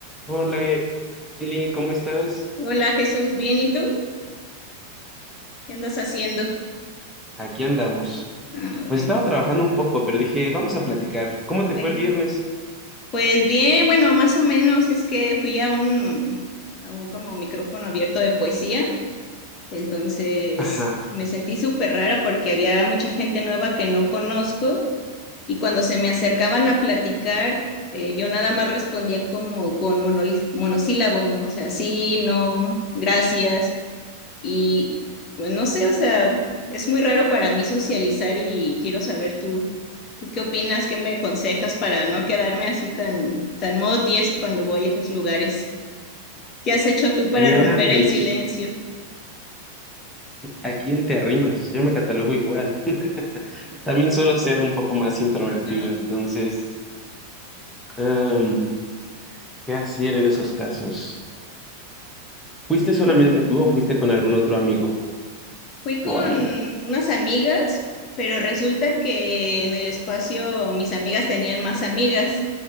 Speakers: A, in the centre; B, on the left.
A: Hola, Eli, ¿cómo estás?
B: Hola Jesús, ¿bien y tú? ¿Qué andas haciendo?
A: Aquí andamos.
B: Ah,
A: Pues
B: bueno.
A: estaba trabajando un poco, pero dije, vamos a platicar. ¿Cómo te
B: ok.
A: fue el viernes?
B: Pues bien, bueno, más o menos es que fui a un, a un como micrófono abierto de poesía, entonces
A: Ajá,
B: me sentí súper rara porque había mucha gente nueva que no conozco y cuando se me acercaban a platicar, eh, yo nada más respondía como con monoli- monosílabos, ¿no? O sea, sí, no, gracias. Y bueno, no sé, o sea, es muy raro para mí socializar y quiero saber tú, ¿tú qué opinas, qué me aconsejas para no quedarme así tan, tan modo tieso cuando voy a esos lugares. ¿Qué has hecho tú para
A: diantres.
B: romper el silencio?
A: ¿A quién te arrimas? Yo me catalogo igual. <laughs> También suelo ser un poco más introvertido,
B: <laughs>
A: entonces, em, ¿qué hacer en esos casos? ¿Fuiste solamente tú o fuiste con algún otro amigo
B: Fui con
A: o amiga?
B: unas amigas, pero resulta que en el espacio mis amigas tenían más amigas.